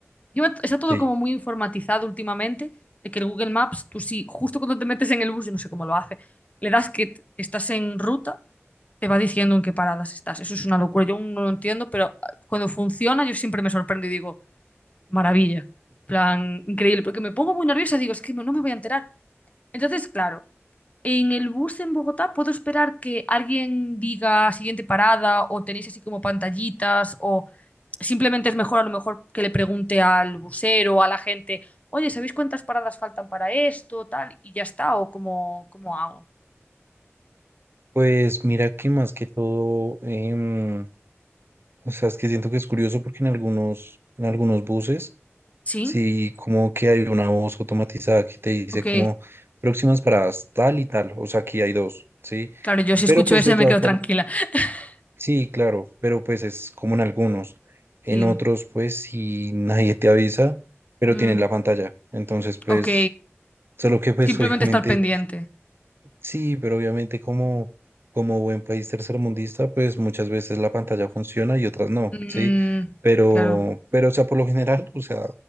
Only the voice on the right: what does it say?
sí,
pues mira que más que todo, em, o sea, es que siento que es curioso porque en algunos, en algunos buses
Sí, como que hay una voz automatizada que te dice
como próximas paradas tal y tal, o sea, aquí hay dos, ¿sí?
Pero
pues
de
todas
formas,
sí, claro, pero pues es como en algunos, en
otros pues si <laughs> nadie te avisa, pero
tienes la pantalla, entonces pues,
solo que pues
<laughs> obviamente,
sí, pero obviamente como, como buen país tercermundista, pues muchas veces la pantalla funciona y otras no,
¿sí? Pero,
pero o sea, por lo general, o sea,